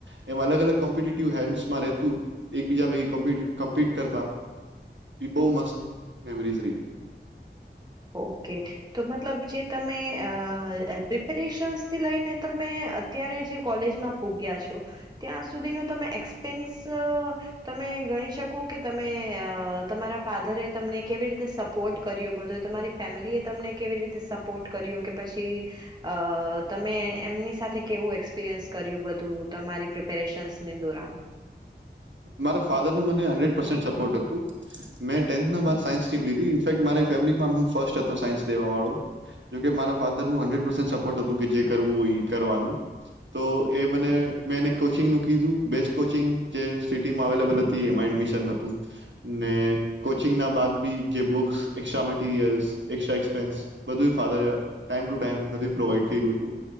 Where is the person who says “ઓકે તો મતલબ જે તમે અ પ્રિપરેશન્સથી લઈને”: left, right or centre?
Right